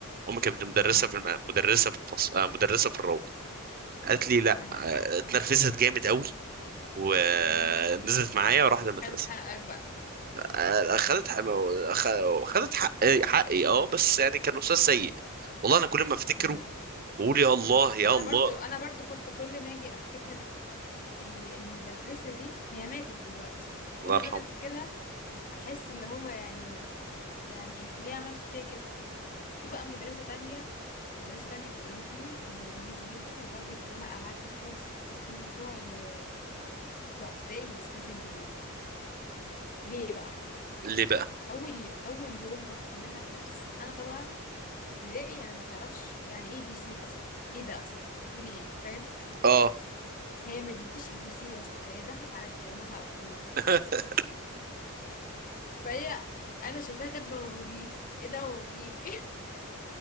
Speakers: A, on the right (about 45°); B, on the left (about 40°).
A: امي كانت مدرسه
B: تمام
A: في الم... مدرسه في الفصل آه، مدرسه في الروضه قالت لي لا
B: تمام
A: آه، اتنرفزت جامد قوي ونزلت
B: مهم.
A: معايا وراحت المدرسه
B: خدت حقك بقى
A: آه، اخذت حق... أخ- اخذت حق... حقي اه بس يعني كان استاذ سيء والله انا كل ما افتكره
B: مم.
A: بقول يا الله يا الله
B: انا برضو انا برضو كنت كل ما اجي افتكر ال- المدرسة دي هي ماتت دلوقتي كل
A: الله يرحمه
B: ما اجي افتكرها احس اللي هو يعني يعني انت ليه عملت فيا كده في بقى مدرسة تانية مدرسة تانية كرهتني في الإنجليزي جدا لدرجة إن أنا قعدت طول الست سنين بتوع ال... بتوع ابتدائي ما بذاكرش إنجليزي ليه بقى؟
A: ليه بقى
B: أول ي... أول يوم رحت لها الدرس أنا طبعا ابتدائي يعني ما تعرفش يعني إيه بي سي أصلا إيه ده أصلا بتقولي إيه فاهم؟
A: اه
B: هي ما ادتنيش إيه بي سي يا اسطى هي دخلت على الكلمات على طول
A: <laughs>
B: فهي أنا شايفاها كاتبة هيروغليفي إيه ده هيروغليفي؟